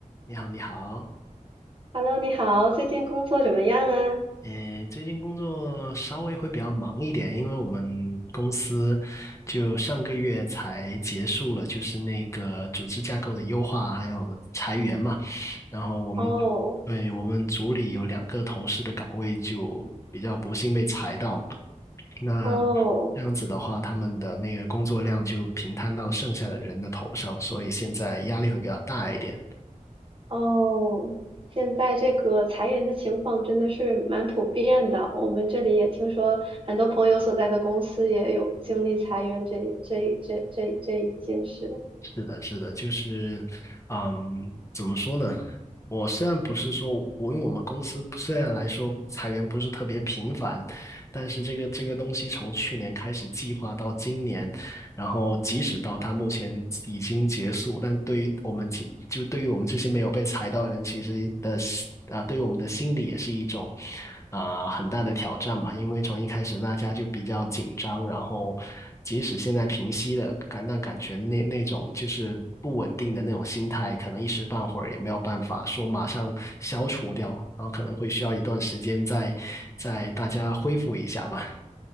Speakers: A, on the left; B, on the right.
A: 你好，你好，
B: Hello，你好，最近工作怎么样啊？
A: 诶，最近工作稍微会比较忙一点，因为我们公司就上个月才结束了，就是那个组织架构的优化，还有裁员嘛。然后我们，
B: 哦
A: 对，我们组里有两个同事的岗位就比较不幸被裁到，那
B: 哦
A: 这样子的话，他们的那个工作量就平摊到剩下的人的头上，所以现在压力会比较大一点。
B: 哦，现在这个裁员的情况真的是蛮普遍的，我们这里也听说很多朋友所在的公司也有经历裁员这这这这这一件事。
A: 是的，是的，就是，嗯，怎么说呢？我虽然不是说，我因为我们公司虽然来说裁员不是特别频繁，但是这个这个东西从去年开始计划到今年，然后即使到它目前已经结束，但对于我们其就对于我们这些没有被裁到的人，其实的心啊，对于我们的心理也是一种啊很大的挑战吧。因为从一开始大家就比较紧张，然后即使现在平息了，感但感觉那那种就是不稳定的那种心态，可能一时半会儿也没有办法说马上消除掉，然后可能会需要一段时间再再大家恢复一下吧。